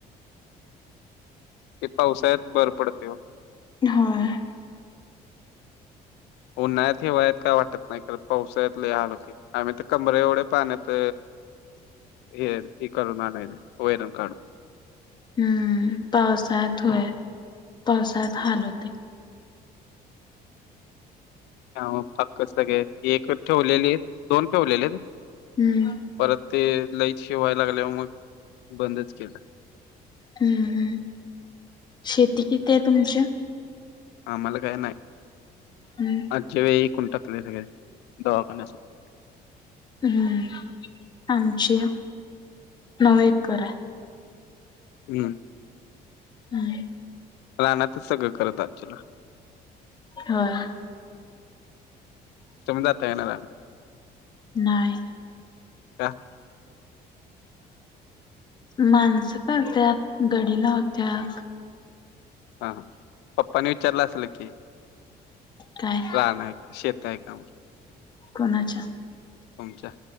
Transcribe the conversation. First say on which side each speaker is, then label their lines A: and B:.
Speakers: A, on the left (about 85°); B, on the left (about 25°).
A: ते पावसाळ्यात बर पडतंय ओ.
B: नो होय.
A: उन्हाळ्यात ठेवाय काय वाटतं नाही खरं पावसाळ्यात लई हाल होतंय. आम्ही तर कबर एवढ्या पाहण्यात. हे हे करून आणायचं वैरण काढून.
B: हम्म पावसाळ्यात होय पावसाळ्यात हाल होतंय.
A: अ पकं सगळे एक ठेवलेले, दोन ठेवलेले,
B: हम्म
A: परत ते लईट हे व्हाय लागल्या व मग बंदच केलं.
B: हम्म हम्म, शेती किती आय तुमची.?
A: आम्हाला काय नाय.
B: हम्म.
A: मागच्या वेळी विकून टाकलंय सगळं, दवाखान्या साठी.
B: हम्म, आमची नऊ एकर हाय.
A: हम्म.
B: हम्म.
A: रानातच सगळं करत आसशीला.
B: होय.
A: तुम्ही जाताय का नाही रानात.?
B: नाही.
A: का.?
B: माणसं करत्यात, गडी लावत्यात.
A: हा हा, पप्पानं विचारलं असल की
B: काय.?
A: राण हाय, शेत हाय का म्हणून
B: कोणाच्या.?
A: तुमच्या,